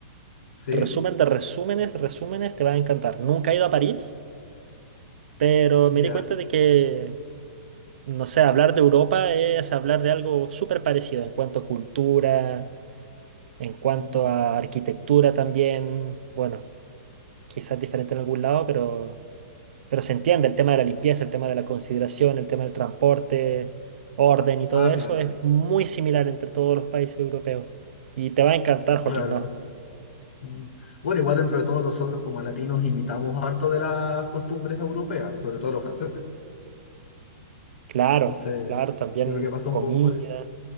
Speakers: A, on the left; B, on the right.
A: ¿Sí?
B: Resumen de resúmenes, resúmenes, te va a encantar. Nunca he ido a París, pero
A: Ya.
B: me di cuenta de que, no sé, hablar de Europa es hablar de algo súper parecido en cuanto a cultura, en cuanto
A: Mm.
B: a arquitectura también. Bueno, quizás diferente en algún lado, pero... Pero se entiende el tema de la limpieza, el tema de la consideración, el tema del transporte, orden y todo
A: Ah,
B: eso
A: claro.
B: es muy similar entre todos los países europeos. Y te va a encantar, Joaquín,
A: Claro.
B: ¿no?
A: Mm. Bueno, igual dentro de todos nosotros como latinos imitamos harto de las costumbres europeas, sobre todo los franceses.
B: Claro,
A: Entonces,
B: claro, también
A: yo creo que pasa
B: comida,
A: un poco por eso.